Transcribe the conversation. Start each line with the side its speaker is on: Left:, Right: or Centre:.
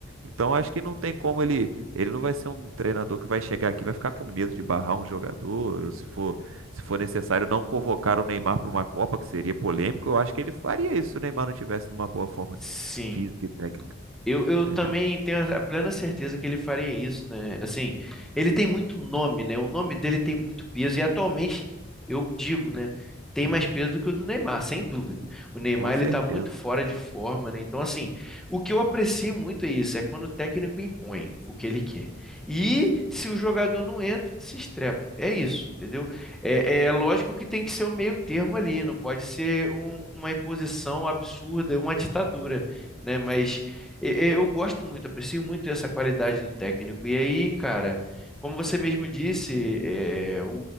Right: Então acho que não tem como ele. Ele não vai ser um treinador que vai chegar aqui, e vai ficar com medo de barrar um jogador, ou se for, se for necessário não convocar o Neymar para uma Copa, que seria polêmico. Eu acho que ele faria isso se o Neymar não tivesse numa boa forma
Centre: Sim.
Right: física e técnica,
Centre: Eu, eu
Right: entendeu?
Centre: também tenho a plena certeza que ele faria isso, né? Assim, ele tem muito nome, né? O nome dele tem muito peso e atualmente eu digo, né? Tem mais peso do que o do Neymar, sem dúvida. O Neymar
Right: Com certeza.
Centre: ele tá muito fora de forma, né? Então, assim, o que eu aprecio muito é isso, é quando o técnico impõe o que ele quer. E se o jogador não entra, se estrepa. É isso, entendeu? É, é lógico que tem que ser o meio termo ali, não pode ser um- uma imposição absurda, uma ditadura, né? Mas e- e- Eu gosto muito, aprecio muito essa qualidade do técnico. E aí, cara, como você mesmo disse, é, o,